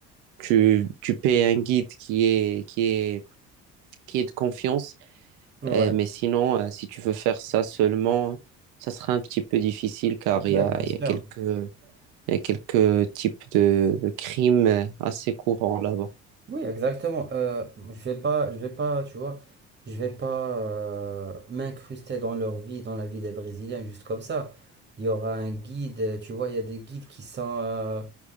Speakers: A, on the right; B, on the right.
A: tu, tu payes un guide qui est, qui est, qui est de confiance.
B: ouais,
A: Euh, mais sinon, euh, si tu veux faire ça seulement, ça sera un petit peu difficile car
B: ouais,
A: il y a,
B: bien
A: il
B: sûr.
A: y a quelques, il y a quelques types de, de crimes assez courants là-bas.
B: Oui, exactement. Euh, je vais pas, je vais pas, tu vois, je vais pas euh, m'incruster dans leur vie, dans la vie des Brésiliens, juste comme ça. Il y aura un guide, euh, tu vois, il y a des guides qui sont, euh,